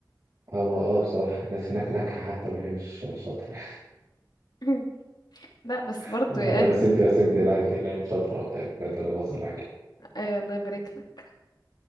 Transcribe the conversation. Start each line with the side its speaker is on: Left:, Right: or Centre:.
Right: هو اه بصراحه الناس هناك ناجحه حتى وهي مش شاطره
Left: <laughs> لا بس
Right: <laughs>
Left: برضه
Right: لا
Left: يعني
Right: لا بس انت بس انت لا انت لا انت شاطره والله بجد انا بهزر معاكي
Left: اي الله يبارك لك